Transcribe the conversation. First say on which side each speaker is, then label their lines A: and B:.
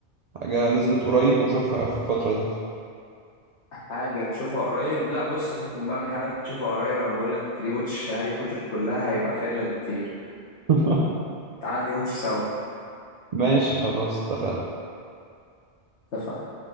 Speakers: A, on the right (about 45°); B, on the left (about 75°).
A: حاجة نزلت قريب واشوفها في الفترة دي
B: حاجه تشوفها قريب لا بص فكك بقى من حاجات تشوفها قريب انا بقول لك ري واتش هاري بوتر كلها هيبقى فايد لك بكتير
A: <laughs>
B: تعال ري واتش سوا
A: ماشي خلاص اتفقنا
B: اتفقنا